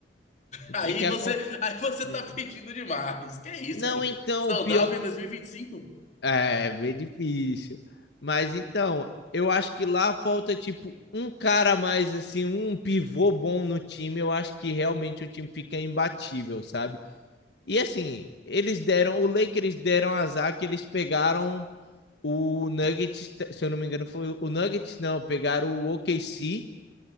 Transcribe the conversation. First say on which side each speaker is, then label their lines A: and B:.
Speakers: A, on the left; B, on the left.
A: O
B: Aí
A: que que
B: você, aí
A: acontece?
B: você tá pedindo demais. Que é isso,
A: Não,
B: pô?
A: então,
B: Saudável
A: o pior
B: em
A: que...
B: 2025?
A: É, é bem difícil. Mas então, eu acho que lá falta tipo um cara a mais assim, um pivô bom no time, eu acho que realmente o time fica imbatível, sabe? E assim, eles deram, o Lakers deram azar que eles pegaram o Nuggets, se eu não me engano, foi o Nuggets, não, pegaram o OKC